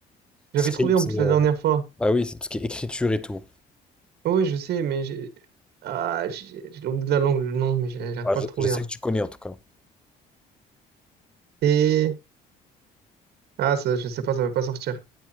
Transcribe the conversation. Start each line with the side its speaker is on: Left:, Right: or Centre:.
Right: J'avais
Centre: Script,
Right: trouvé en
Centre: c'est.
Right: plus la
Centre: euh,
Right: dernière fois.
Centre: Bah oui, c'est tout ce qui est écriture et tout.
Right: Oui, je sais, mais j'ai ah, j'ai j'ai le bout de la langue, le nom, mais j'arrive
Centre: Ah,
Right: pas
Centre: je,
Right: à le trouver
Centre: je sais
Right: là.
Centre: que tu connais en tout cas.
Right: Et ah, ça, je sais pas, ça va pas sortir.